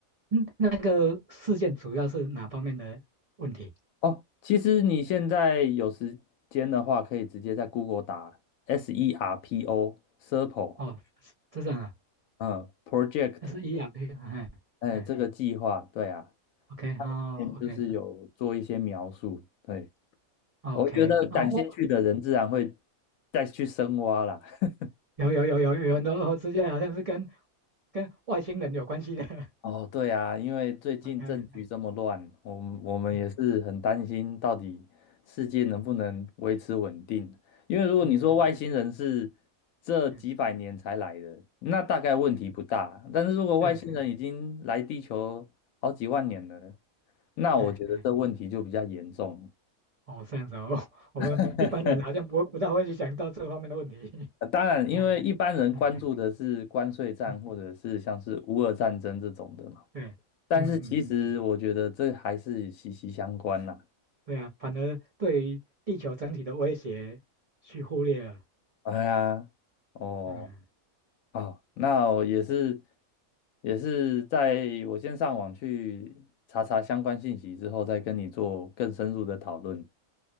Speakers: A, on the right; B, on the left.
A: 嗯那个事件主要是哪方面的问题？
B: 哦，其实你现在有时间的话，可以直接在 Google 打 SERPO SERPO，
A: 哦，是是这样啊，
B: 嗯，Project，
A: 那是 ERP，哎哎
B: 哎，这个计划，对啊，
A: ，OK，哦，OK。
B: 嗯就是有做一些描述。对。
A: OK，
B: 我觉得感兴趣的人自然会
A: 哦，我
B: 再去深挖啦。<laughs>
A: 有有有有有很多哦，事件好像是跟跟外星人有关系的。<laughs>
B: 哦，对啊，因为最近政局这么乱，
A: OK，嗯
B: 我们我们也是很担心到底世界能不能维持稳定。
A: 嗯
B: 因为如果你说外星人是
A: 嗯
B: 这几百年才来的，
A: 嗯
B: 那大概问题不大。
A: 嗯，
B: 但是如果外星人已经来地球好几万年了，
A: 对，嗯
B: 那我觉得这问题就比较严重。
A: 嗯嗯，哦，这样子哦，<laughs> 我们一般人好像不会不大会去想到这方面的问题。
B: <laughs> 呃当然，
A: <laughs>
B: 因为一般人关注的是关税战或者是像是乌俄战争这种的嘛，
A: 嗯嗯嗯嗯，对，
B: 但是其实我觉得这还是息息相关啦。
A: 嗯嗯嗯，对啊，反而对于地球整体的威胁去忽略了。
B: 哎呀，哦，
A: 嗯，
B: 哦，那我也是也是在我先上网去查查相关信息之后，再跟你做更深入的讨论。